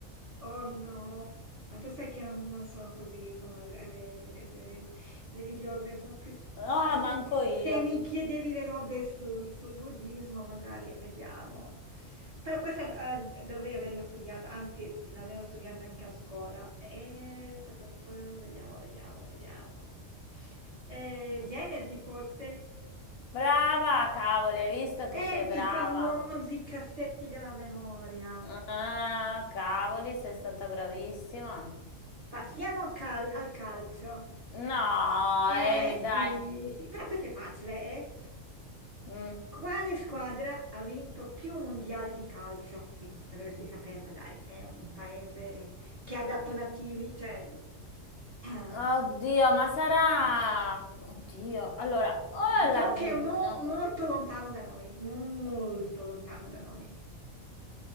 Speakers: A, on the right; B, on the left.
A: Oh no, ma tu sai che non, non sono così, insomma, re- re- re- religiose, sono più... s-
B: Ah,
A: cioè, Se
B: manco
A: mi,
B: io.
A: se mi chiedevi le robe sul, sul buddismo, magari vediamo. Però questa eh, dovrei averla studiata, anzi l'avevo studiata anche a scuola. E... pa- pa- pa- Vediamo, vediamo, vediamo. Eh, Genesi forse?
B: Brava, cavoli, hai visto
A: Eh,
B: che sei brava.
A: i famosi cassetti della memoria.
B: Ah, cavoli, sei stata bravissima.
A: Passiamo al, cal- al calcio.
B: No,
A: Eh
B: Emi, dai.
A: sì, sì, però questo è facile, eh?
B: Mm.
A: Quale squadra ha vinto più mondiali di calcio? Sì, questa dovresti saperla, dai, è un paese che ha dato nativi, cioè, <clears throat> eh,
B: Oddio, ma sarà... Oddio, allora, o
A: diciamo
B: è l'Argentina...
A: che è mo- molto lontano da noi, mo- molto lontano da noi.